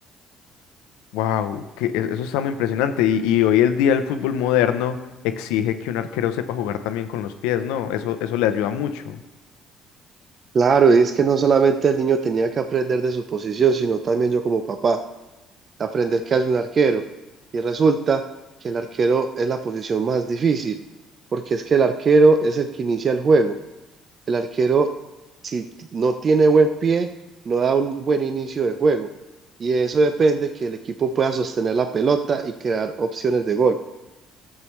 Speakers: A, on the left; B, on the right.
A: Wow, que e- eso está muy impresionante. Y, y hoy el día el fútbol moderno exige que un arquero sepa jugar también con los pies, ¿no? Eso, eso le ayuda mucho.
B: Claro, y es que no solamente el niño tenía que aprender de su posición, sino también yo como papá, aprender qué hace un arquero. Y resulta que el arquero es la posición más difícil, porque es que el arquero es el que inicia el juego. El arquero si no tiene buen pie, no da un buen inicio de juego. Y de eso depende que el equipo pueda sostener la pelota y crear opciones de gol.